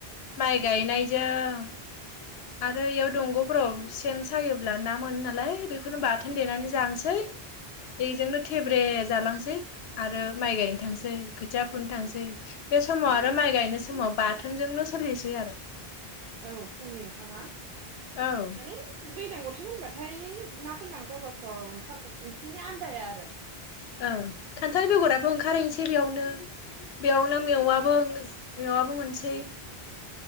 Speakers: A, on the left; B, on the right.
A: माइ गायनायजों आरो इयाव दंग'फोराव सेन सायोब्ला ना मोनो नालाय बेखौनो बाथोन देनानै जानोसै। बेजोंनो थेब्रे जालांसै आरो माइ गायनो थांसै खोथिया फुनो थांसै। बे समाव आरो माइ गायनाय समाव बाथोनजोंनो सोलिसै आरो।
B: औ फुंनि ओंखामा
A: औ
B: माने दैज्लां बोथोर होनबाथाय ना गोनां जायगाफ्राव ओंखाम ओंख्रिनि आनन्दाया आरो।
A: औ खान्थाल बेगराबो ओंखारहैनोसै बेयावनो। बेयावनो मेवाबो मेवाबो मोनसै।